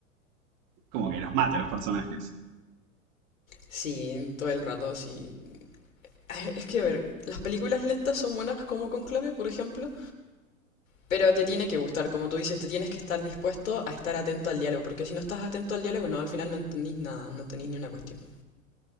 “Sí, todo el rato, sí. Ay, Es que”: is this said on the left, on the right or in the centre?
Left